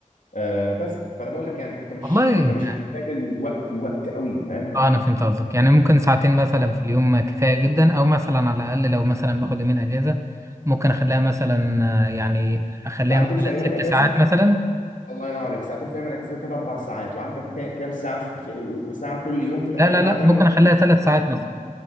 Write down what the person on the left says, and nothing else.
آه، بس فانا بقول لك يعني انت مش
انت مش محتاج الوقت الوقت قوي فاهم
ساعتين
في ايام
الاجازه
الله ينور عليك ساعتين في ايام الاجازه كده اربع ساعات وعندك كا- كام ساعه في و- وساعه كل يوم في الايام
العاديه
يبقى
انت كده
ست ساعات
أجازة.